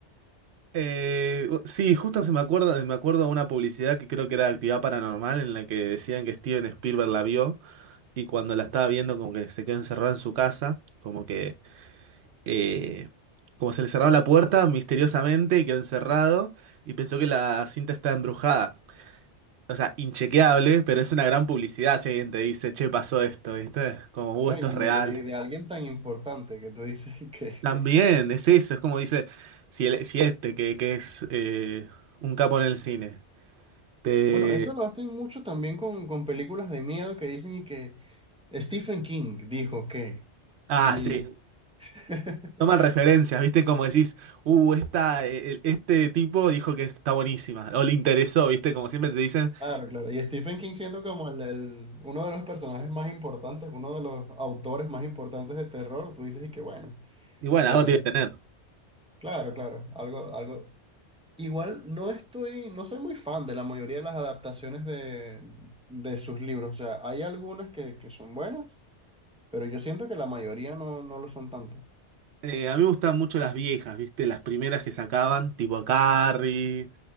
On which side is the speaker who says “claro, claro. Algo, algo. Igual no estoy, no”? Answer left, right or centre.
Centre